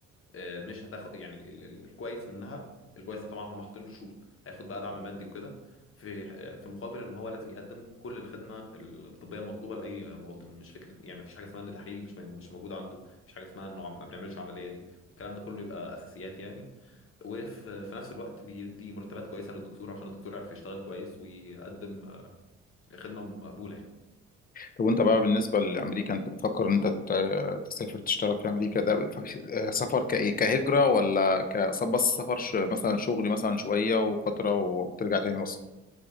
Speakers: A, on the left (about 45°); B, on the left (about 30°).
A: آه، مش هتاخد يعني ال- ال- الكويس منها الكويس ده طبعا هم حاطين له شروط هياخد بقى دعم مادي وكده في آه، في مقابل ان هو لازم يقدم كل الخدمه الطبيه المطلوبه لاي مواطن مش فكره يعني مفيش حاجه اسمها ان تحليل مش مش موجود عنده مفيش حاجه اسمها انه عم- ما بنعملش عمليه دي الكلام ده كله يبقى اساسيات يعني وفي في نفس الوقت بيدي مرتبات كويسه للدكتور عشان الدكتور يعرف يشتغل كويس ويقدم آه، خدمه مقبوله يعني.
B: طب وانت بقى بالنسبة لأمريكا انت بتفكر ان انت ت- تسافر تشتغل في أمريكا ده ف- سفر كإيه كهجرة ولا ك بس سفر ش- مثلا شغل مثلا شوية وفترة وترجع تاني مصر